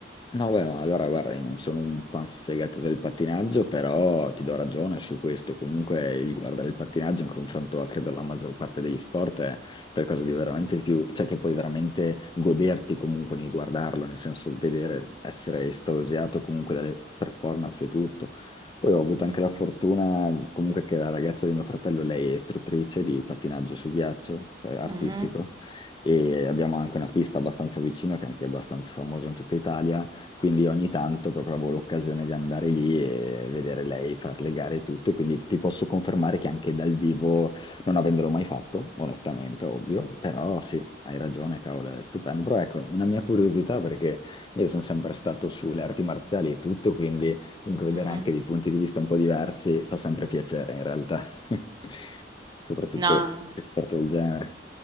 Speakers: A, on the left; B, on the right.
A: No, beh, ma allora guarda, io non sono un fan sfegato del pattinaggio, però ti do ragione su questo. Comunque il guardare il pattinaggio in confronto a, credo, alla maggior parte degli sport è qualcosa di veramente più, cioè che puoi veramente goderti comunque nel guardarlo, nel senso vedere, essere estasiato comunque dalle performance e tutto. Poi ho avuto
B: Mh-mh,
A: anche la fortuna comunque che la ragazza di mio fratello, lei è istruttrice di pattinaggio su ghiaccio, eh, artistico,
B: mh-mh,
A: e abbiamo anche una pista abbastanza vicina che è anche abbastanza famosa in tutta Italia quindi ogni tanto proprio avevo l'occasione di andare lì e vedere lei far le gare e tutto, e quindi ti posso confermare che anche dal vivo, non avendolo mai fatto, onestamente, ovvio, però sì, hai ragione, cavolo, è stupendo. Però ecco, una mia curiosità perché io sono sempre stato sulle arti marziali e tutto, quindi comunque vedere
B: mh-mh.
A: anche dei punti di vista un po' diversi fa sempre piacere in realtà, <laughs> soprattutto
B: No,
A: sport del genere.